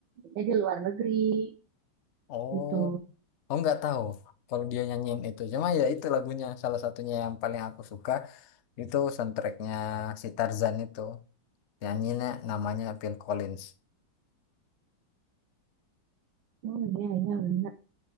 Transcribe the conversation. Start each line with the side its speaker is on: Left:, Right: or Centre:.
Right: jadi di luar negeri
Left: Oh,
Right: itu
Left: aku nggak tahu. Kalau dia nyanyiin itu, cuma ya itu lagunya salah satunya yang paling aku suka itu soundtracknya si Tarzan itu. Nyanyinya namanya Phil Collins.
Right: Oh iya iya benar.